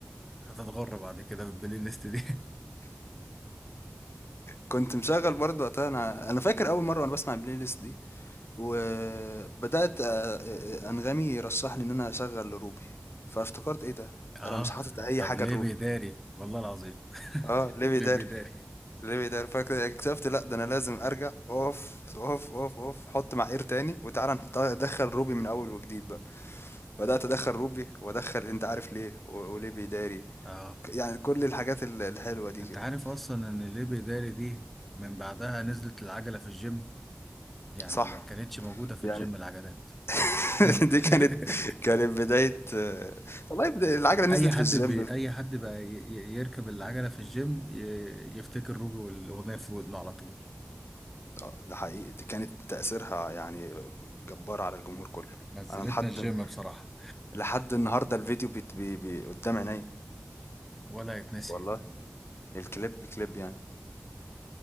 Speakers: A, in the centre; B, on the left.
A: هتتغر بعد كده بالبلاي ليست دي <laughs>
B: كنت مشغل برضه وقتها انا انا فاكر اول مره وانا بسمع البلاي ليست دي وبدأت آه، آه، أنغامي يرشح لي إن أنا أشغل روبي فافتكرت إيه ده
A: اه
B: أنا مش حاطط أي
A: طب
B: حاجة
A: ليه
B: لروبي
A: بيداري والله العظيم
B: اه
A: <laughs>
B: ليه بيداري
A: ليه بيداري
B: ليه بيداري فاكر اكتشفت لا ده انا لازم ارجع اقف اقف اقف اقف حط معايير تاني وتعالى نحط- ادخل روبي من اول وجديد بقى بدأت ادخل روبي وادخل انت عارف ليه و- وليه بيداري
A: اه
B: يعني كل الحاجات ال- الحلوة دي
A: انت
B: كده
A: عارف اصلا ان ليه بيداري دي من بعدها نزلت العجلة في الجيم يعني
B: صح
A: ما كانتش موجودة في
B: يعني
A: الجيم العجلات
B: <laughs>
A: <laughs>
B: دي كانت كانت بداية آه، والله بدا- العجلة نزلت
A: اي حد
B: في الجيم
A: بي... اي حد بقى ي... ي- يركب العجلة في الجيم ي... يفتكر روبي والاغنية في ودنه على طول
B: آه، ده حقيقي دي كانت تأثيرها يعني جبار على الجمهور كله
A: نزلتنا
B: انا لحد
A: الجيم بصراحة
B: لحد النهارده الفيديو بيت بي بي قدام عينيا
A: ولا يتنسي
B: والله الكليب كليب يعني